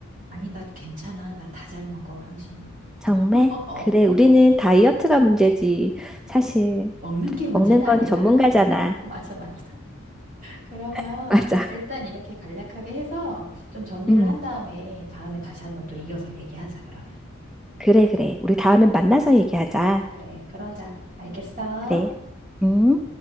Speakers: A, on the right; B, in the centre.
A: 아니, 나 괜찮아. 나 다 잘 먹어, 향신료.
B: 정말?
A: <laughs>
B: 그래, 우리는 다이어트가 문제지. 사실
A: 먹는 게 문제는
B: 먹는
A: 아니다.
B: 건 전문가잖아.
A: <laughs> 맞아, 맞아. 그러면
B: <laughs> 맞아.
A: 일단 이렇게 간략하게 해서 좀 정리를
B: 음,
A: 한 다음에 다음에 다시 한번 또 이어서 얘기하자, 그러면.
B: 그래, 그래. 우리 다음엔 만나서 얘기하자.
A: 그래, 그러자. 알겠어?
B: 그래. 음.